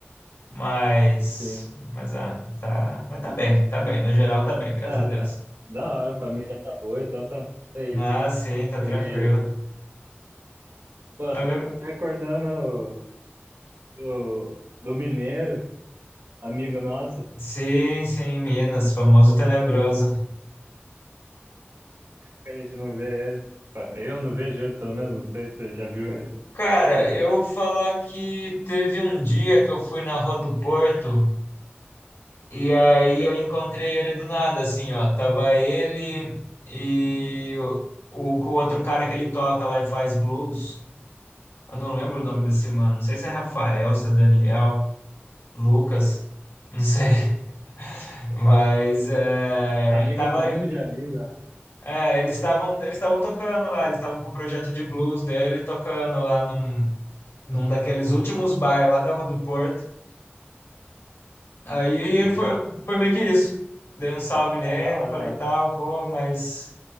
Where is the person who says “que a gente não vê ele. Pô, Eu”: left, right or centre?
Right